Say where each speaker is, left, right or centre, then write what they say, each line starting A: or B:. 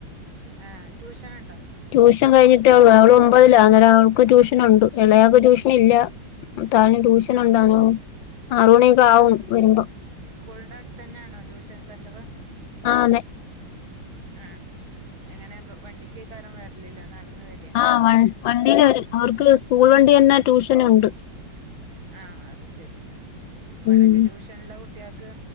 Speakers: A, on the right; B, on the left.
A: ആഹ് ട്യൂഷൻ ഇണ്ടോ
B: ട്യൂഷൻ കഴിഞ്ഞിട്ട അവൾ ഒമ്പതില അന്നേരം അവൾക്ക് ട്യഷനുണ്ട് എളയാൾക്ക് ട്യൂഷൻ ഇല്ല താന് ട്യൂഷൻ
A: ആ
B: ഉണ്ടാനും ആറ് മണിയൊക്കെ ആകും
A: ആ
B: വരുമ്പോ
A: സ്കൂളിന്റെ അടുത്ത് തന്നെയാണോ ട്യൂഷൻ സെന്റർ
B: ആഹ് അതെ
A: ആഹ് എങ്ങനെ വണ്ടിക്ക് അയ്ക്കാരം വരലില്ലേ നടന്ന്‌ വരേ
B: ആ വണ്ടിൽ വരും അവർക്ക് സ്കൂൾ വണ്ടി തന്നെ ട്യൂഷനുണ്ട്
A: ആഹ് അത് ശരി ഇവിടക്കെ
B: ഉം
A: ട്യൂഷ ഷനുള്ള കുട്ടികൾക്ക്